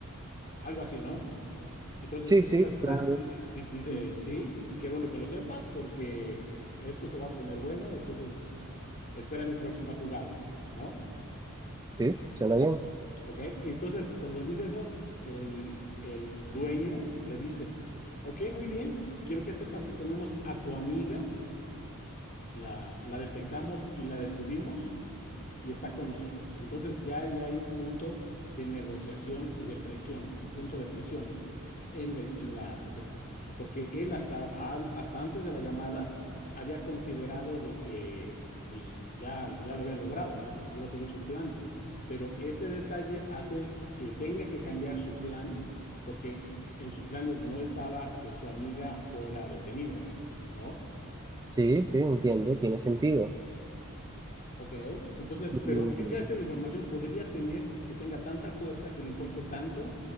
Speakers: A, on the left (about 40°); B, on the right (about 15°).
A: algo así, ¿no? Entonces,
B: Sí,
A: esta
B: sí,
A: persona
B: suena bien.
A: di- di- di- dice, sí, y qué bueno que lo sepas porque esto se va a poner bueno, entonces espera mi próxima jugada, ¿no?
B: Sí, suena bien.
A: Ok, y entonces cuando dice eso, el, el dueño le dice, ok, muy bien, quiero que sepas que tenemos a tu amiga, la, la detectamos y la detuvimos y está con nosotros. Entonces ya ahí hay un punto de negociación y de presión, un punto de presión. en la, en la escena, porque él hasta, an- hasta antes de la llamada había considerado de que pues ya, ya lo había logrado, ¿no? Iba a seguir su plan, pero este detalle hace que tenga que cambiar su plan porque en sus planes no estaba que su amiga fuera detenida, ¿no?
B: Sí, sí, entiendo, tiene sentido.
A: Ok, entonces,
B: Mm,
A: pero ¿qué clase de información podría tener que tenga tanta fuerza, que le importe tanto